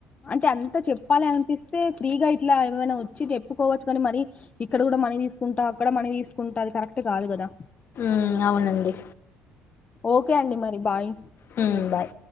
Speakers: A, on the left; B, on the left.
A: అంటే అం అంటే చెప్పాలి అనిపిస్తే ఫ్రీగా ఇట్లా ఏమైనా వచ్చి చెప్పుకోవచ్చు గని మరి ఇక్కడ కూడా మనీ తీసుకుంటా అక్కడ మనీ తీసుకుంటది కరెక్ట్ కాదు కదా
B: ఉ అవునండి
A: ఓకే అండి మరి బాయ్
B: హ్మ్ బాయ్